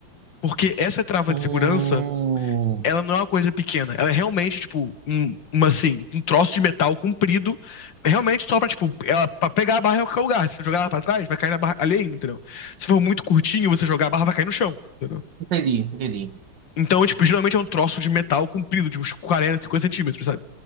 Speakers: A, on the left; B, on the right.
A: Porque essa trava
B: Hum,
A: de segurança ela não é uma coisa pequena. Ela é realmente, tipo, um, uma, assim, um troço de metal comprido, realmente só pra, tipo, ela, pra pegar a barra em qualquer lugar. Se você jogar ela pra trás, vai cair na barra alheia, entendeu? Se for muito curtinho, você jogar a barra, vai cair no chão, entendeu?
B: entendi, entendi.
A: Então, tipo, geralmente é um troço de metal comprido, de uns 40 50 centímetros, sabe?